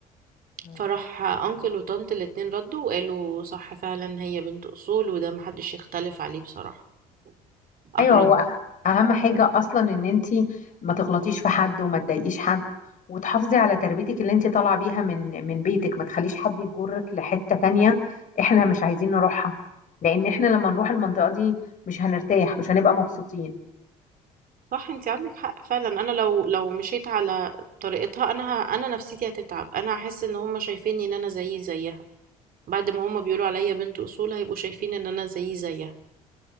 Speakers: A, on the left (about 50°); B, on the right (about 60°).
A: مم.
B: فراح انكل وطنط الاتنين ردوا وقالوا صح فعلا هي بنت اصول وده محدش يختلف عليه بصراحة احرجوها
A: ايوه هو أه- اهم حاجه اصلا ان انت ما تغلطيش في حد وما تضايقيش حد وتحافظي على تربيتك اللي انت طالعه بيها من من بيتك ما تخليش حد يجرك لحته تانية احنا مش عايزين نروحها لان احنا لما نروح المنطقه دي مش هنرتاح مش هنبقى مبسوطين
B: صح انت عندك حق فعلا انا لو لو مشيت على طريقتها انا ه... انا نفسيتي هتتعب انا هحس ان هم شايفيني ان انا زيي زيها بعد ما هم بيقولوا عليا بنت اصول هيبقوا شايفين ان انا زيي زيها